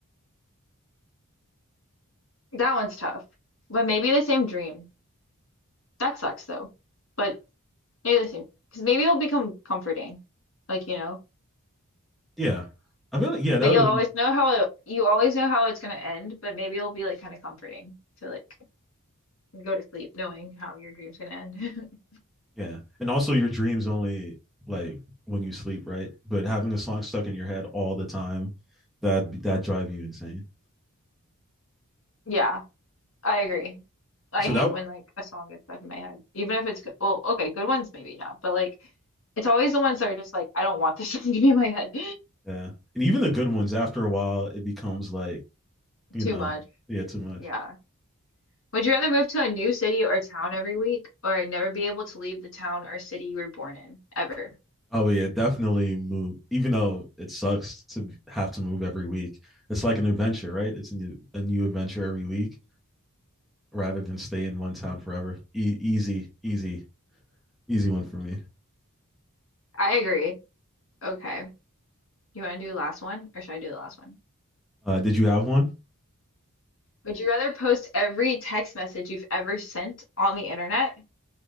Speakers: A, on the left (about 60°); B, in the centre.
A: That one's tough. But maybe the same dream. That sucks though. But maybe the same, because maybe it'll become comforting. Like, you know.
B: Yeah. I mean, yeah,
A: But
B: that would,
A: you'll always know how it, you always know how it's gonna end, but maybe it'll be like kind of comforting to like go to sleep knowing how your dream's gonna end. <laughs>
B: yeah. And also, your dreams only like when you sleep, right? But having a song stuck in your head all the time, that that drive you insane.
A: Yeah, I agree. I
B: So
A: hate
B: that,
A: when like a song gets stuck in my head, even if it's good. Well, okay, good ones maybe not, but like it's always the ones that are just like I don't want this <laughs> song to be in my head
B: yeah. And even the good ones, after a while, it becomes like,
A: <laughs>
B: you
A: too
B: know,
A: much.
B: yeah, too much.
A: Yeah. Would you rather move to a new city or town every week or never be able to leave the town or city you were born in ever?
B: Oh, yeah, definitely move. Even though it sucks to have to move every week, it's like an adventure, right? It's a new, a new adventure every week rather than stay in one town forever. E- easy, easy, easy one for me.
A: I agree. Okay. You want to do the last one or should I do the last one?
B: Uh, did you have one?
A: Would you rather post every text message you've ever sent on the internet,